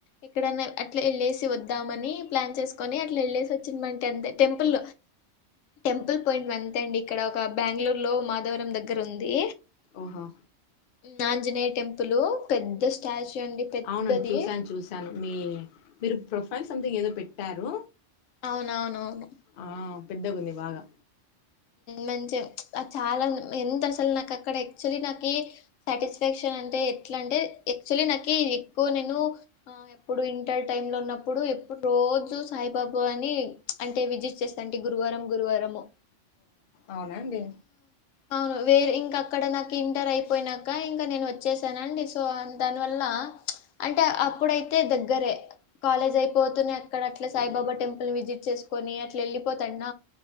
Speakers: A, on the left; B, on the left.
A: ఎక్కడన్నా అట్లా వెళ్ళసి వద్దామని ప్లాన్ చేసుకొని అట్లా వెళ్ళేసి వచ్చినంట అంత టెంపుల్ టెంపుల్ పాయింట్ అంతే అండి ఇక్కడ ఒక బెంగళూరులో మాధవరం దగ్గర ఉంది
B: ఓహో
A: నాంజనేయ టెంపుల్ పెద్ద స్టాచ్యూ అండి పెద్దది
B: అవునండి చూసాను చూసాను మీ మీరు ప్రొఫైల్ సంథింగ్ ఏదో పెట్టారు
A: అవునవునువును
B: ఆ పెద్దగుంది బాగా
A: మంచిగా చాలా ఎంత అసలు నాకు అక్కడ యాక్చువలీ నాకి సాటిస్ఫాక్షన్ అంటే ఎట్లా అంటే యాక్చువలీ నాకి ఎక్కువ నేను ఎప్పుడు ఇంటర్ టైమ్ లో ఉన్నప్పుడు ఎప్పుడు రోజు సాయిబాబా అని అంటే విజిట్ చేస్తా అంటే గురువారం గురువారంము
B: అవునా అండి
A: అవును వేరే ఇంకా అక్కడ నాకు ఇంటర్ అయిపోయినాక ఇంకా నేను వచ్చేసానండి సో దానివల్ల అంటే అప్పుడైతే దగ్గరే కాలేజ్ అయిపోతూనే అక్కడ అట్లా సాయిబాబా టెంపుల్ విజిట్ చేసుకొని అట్లా వెళ్ళిపోతాన్న